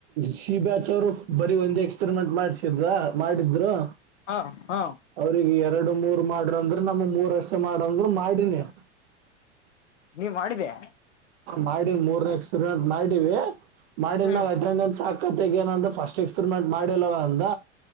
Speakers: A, on the right; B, on the left.
A: ಸಿ ಬ್ಯಾಚ್ ಅವರುಫ ಬೀ ಒಂದಂದು ಎಕ್ಸ್ಪಿರಿಮೆಂಟ್ ಮಾಡಸಿದ್ವಾ ಮಾಡಿದ್ರು
B: ಹಾ ಹಾ
A: ಅವಿಗೆ ಎರಡು ಮೂರ್ ಮಾಡ್ರ ಅಂದ್ರ ನಮ ಮೂರಷ್ಟ ಮಾಡಂದ್ರು ಮಾಡನಿ
B: ನೀವ ಮಾಡಿದ್ಯಾ
A: ಮಾಡಿ ಮೂರ್ನಕ್ಸ್ಪೀಮೆಂಟ್ ಮಾಡಿವಿ ಮಾಡಿದ
B: ಹ್ಮ್
A: ಅಟೆಂಡೆನ್ಸ್ ಹಾ ಕತೆಗ ಏನಂತ ಫಸ್ಟ್ ಎಕ್ಸ್ಪೆರಿಮೆಂಟ್ ಮಾಡಿಲ್ಲವ ಅಂದ